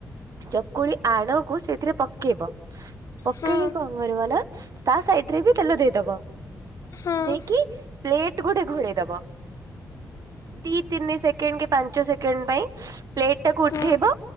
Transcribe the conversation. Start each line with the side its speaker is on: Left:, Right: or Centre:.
Right: ଚକୁଳି ଆଣକୁ ସେଥିରେ ପକେଇବ ପକେଇକି
Left: ହୁଁ
Right: କଣ କରିବ ନା, ତା ସାଇଡ ରେ ବି ତେଲ ଦେଇଦବ
Left: ହୁଁ
Right: ଦେଇକି ପ୍ଲେଟ ଗୋଟେ ଘୋଡେ ବ ଦି ତିନି ସେକେଣ୍ଡ କି ପାଞ୍ଚ ସେକେଣ୍ଡ ପାଇଁ ପ୍ଲେଟ ଟାକୁ
Left: ହୁଁ
Right: ଉଠେଇବ